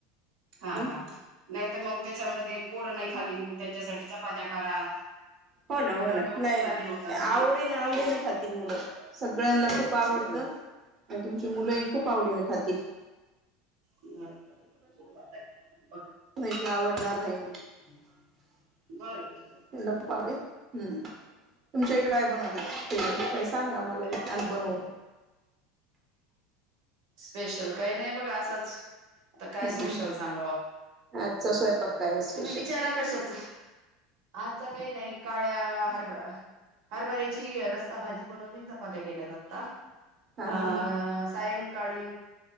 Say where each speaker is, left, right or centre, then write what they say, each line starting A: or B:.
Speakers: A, on the right (about 70°); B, on the right (about 40°).
A: हा
B: हो
A: हा नाहीत मग त्याच्यामध्ये पोर नाही खाल्ली की मग त्यांच्यासाठी चपात्या करा
B: हो
A: ते
B: ना
A: डबल
B: हो ना
A: डबल
B: नाही
A: कुटाने
B: नाही
A: होतात
B: आवडी ना आवडी ना खातील मुलं सांग सगळ्यांना खूप आवडतं
A: बर
B: आणि तुमची मुलंही खूप आवडीने खातील
A: ब बर खू
B: त आवड णार नाही
A: बर बर बर बर
B: त्यांना
A: बर
B: खूप आवडेल हम्म तुमच्या इकडे काय बनवते काही सांगा आम्हाला बनवू मग
A: स्पेशल काही नाही बघ असंच आता काय
B: हं
A: स्पेशल
B: हं.
A: सांग
B: आजचा स्वयंपाक काय आहे स्पेशल
A: तुम्ही विचारा कशाच आज काही नाही काळ्या हर ह हरभऱ्याची रस्साभजी ब च्या गेल्या <unintelligible>
B: हा हा
A: अ
B: हा
A: सायं सकाळी